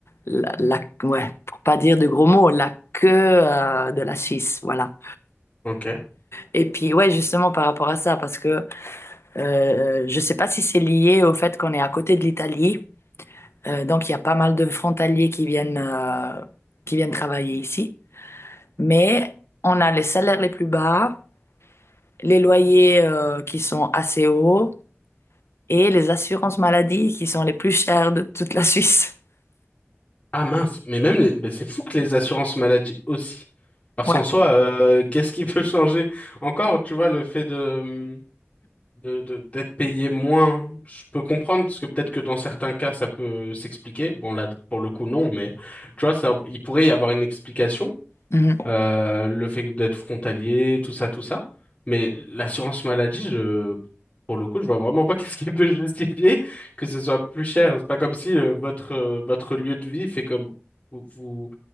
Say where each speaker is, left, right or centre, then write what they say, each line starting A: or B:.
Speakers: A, on the left; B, on the left.
A: la, la- ouais, pour pas dire de gros mots, la queue euh, de la Suisse, voilà.
B: Ok.
A: Et puis ouais, justement par rapport à ça, parce que euh, euh, je sais pas si c'est lié au fait qu'on est à côté de l'Italie, euh, donc il y a pas mal de frontaliers qui viennent euh, qui viennent travailler ici, mais on a les salaires les plus bas. les loyers euh, qui sont assez hauts et les assurances maladie qui sont les plus chères de toute la Suisse. <laughs>
B: Ah mince, mais même les... mais c'est fou que les assurances maladie aussi. Parce
A: Ouais.
B: qu'en soi, euh, qu'est-ce qui peut changer? Encore, tu vois, le fait de... hum, de, de- d'être payé moins, je peux comprendre, parce que peut-être que dans certains cas, ça peut s'expliquer. Bon, là, pour le coup, non, mais tu vois, ça, il pourrait y avoir une explication,
A: Mhm.
B: euh, le fait d'être frontalier, tout ça, tout ça. Mais l'assurance maladie, je, pour le coup, je vois vraiment pas <laughs> qu'est-ce qui peut justifier que ce soit plus cher. C'est pas comme si, euh, votre, euh, votre lieu de vie fait comme vous, vous,